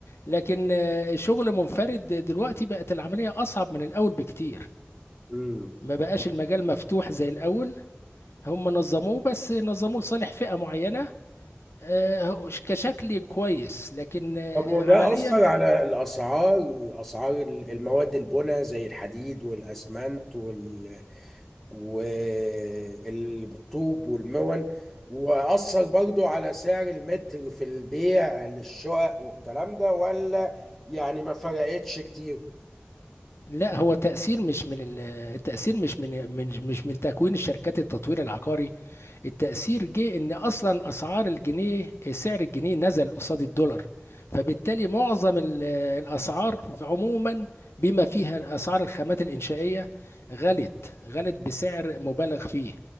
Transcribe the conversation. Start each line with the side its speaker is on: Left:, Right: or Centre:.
Left: لكن آه، شغل منفرد دلوقتي بقت العملية أصعب من الأول بكتير
Centre: امم
Left: ما بقاش المجال مفتوح زي الأول هم نظموه بس نظموه لصالح فئة معينة آه، كشكل كويس لكن آه،
Centre: طب وده
Left: عمليا
Centre: أثر على الأسعار أسعار المواد البناء زي الحديد والأسمنت وال... والطوب والمون وأثر برضو على سعر المتر في البيع للشقق والكلام ده ولا يعني ما فرقتش كتير؟
Left: لا هو تأثير مش من ال- التأثير مش من من مش من تكوين الشركات التطوير العقاري التأثير جه إن أصلا أسعار الجنيه سعر الجنيه نزل قصاد الدولار فبالتالي معظم ال- الأسعار عموما بما فيها أسعار الخامات الإنشائية غلت غلت بسعر مبالغ فيه